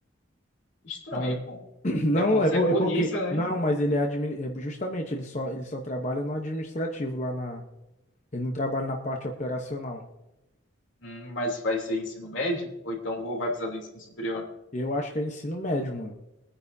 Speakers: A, on the left; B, on the left.
A: Estranho,
B: Aí-
A: pô.
B: <clears throat> Não,
A: É por
B: é,
A: ser
B: por-
A: polícia,
B: é porque.
A: né?
B: Não, mas ele é admi- é justamente, ele só, ele só trabalha no administrativo lá na. Ele não trabalha na parte operacional.
A: Hum, mas vai ser ensino médio? Ou então vou, vai precisar do ensino superior?
B: Eu acho que é ensino médio, mano.